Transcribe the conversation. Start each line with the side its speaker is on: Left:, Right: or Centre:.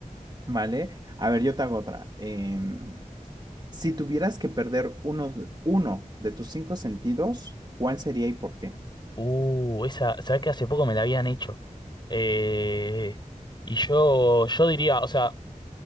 Right: ¿Vale? A ver, yo te hago otra. Em, si tuvieras que perder uno, uno de tus cinco sentidos, ¿cuál sería y por qué?
Left: Uh, esa, ¿sabés que hace poco me la habían hecho? Eh, y yo, yo diría, o sea,